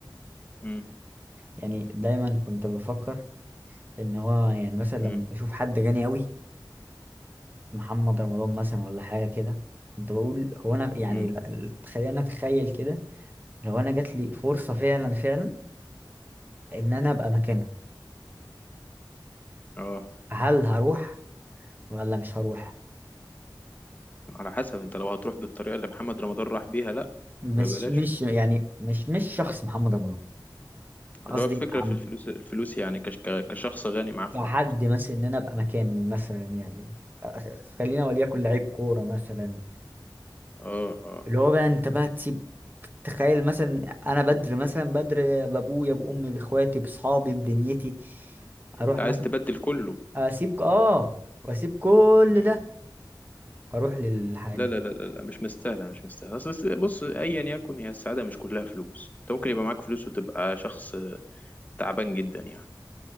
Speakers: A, on the left (about 20°); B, on the right (about 25°).
A: امم
B: يعني دايما كنت بفكر ان هو يعني مثلا لما
A: امم
B: بشوف حد غني قوي محمد رمضان مثلا ولا حاجة كده كنت بقول هو انا يعني
A: امم
B: ل- ل- خلينا اتخيل كده لو انا جات لي فرصة فعلا فعلا ان انا ابقى مكانه
A: اه
B: هل هروح ولا مش هروح
A: على حسب انت لو هتروح بالطريقة اللي محمد رمضان راح بيها لا
B: مش
A: ببلاش
B: مش يعني مش مش شخص محمد رمضان قصدي
A: اللي هو الفكرة
B: عم
A: في الفلوس الفلوس يعني كش- ك- كشخص غني معاه فلوس
B: كحد مثلا ان انا ابقى مكانه مثلا يعني خلينا وليكن لعيب كوره مثلا
A: اه اه
B: اللي هو بقى انت بقى تسيب تخيل مثلا انا بدر مثلا بدر بابويا بامي باخواتي باصحابي بدنيتي
A: انت
B: اروح
A: عايز
B: مثلا
A: تبدل كله
B: اسيب اه واسيب كل
A: مم.
B: ده واروح للحادي
A: لا لا لا لا لا، مش مستاهله مش مستاهله اصل الس- بص ايا يكن هي السعاده مش كلها فلوس انت ممكن يبقى معاك فلوس وتبقى شخص تعبان جدا يعني